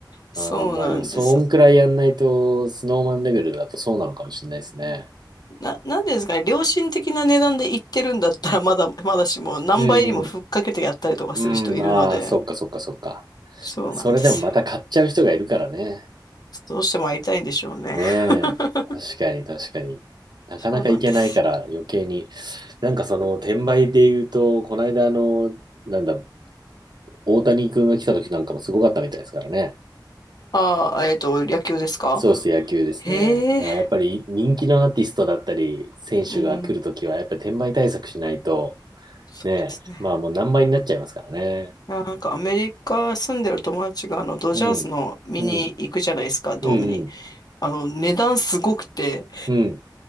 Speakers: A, on the left; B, on the right.
A: そうなんですよ。
B: ああ、まあでも、そんくらいやんないと、スノーマンレベルだとそうなのかもしれないですね。
A: な、なんでですかね、良心的な値段で言ってるんだったら、<laughs> まだ、まだしも、何倍にもふっかけてやったりとかする人いるので、
B: うんうん。うん、ああ、そっかそっかそっか。
A: そうなんですよ。
B: まあ、それでもまた買っちゃう人がいるからね。
A: どうしても会いたいんでしょうね。
B: ねえ。
A: <laughs>
B: 確かに確かに。なかなかいけないから余計に。
A: そうなんですよ。
B: なんかその転売で言うと、この間あの、なんだ、大谷君が来た時なんかもすごかったみたいですからね。
A: ああ、えっと、野球ですか
B: そうですね、野球ですね。
A: へえ、
B: やっぱり人気のアーティストだったり、選手が来るときは、
A: うん、そ
B: やっぱり転売対策しないと、ねえ。
A: うですね。
B: まあもう何倍になっちゃいますからね。
A: なんかアメリカ住んでる友達があのドジャースの見に行くじゃないですか、
B: うん。うん。
A: ドームに。
B: うん。うん。
A: あの値段すごくて、
B: う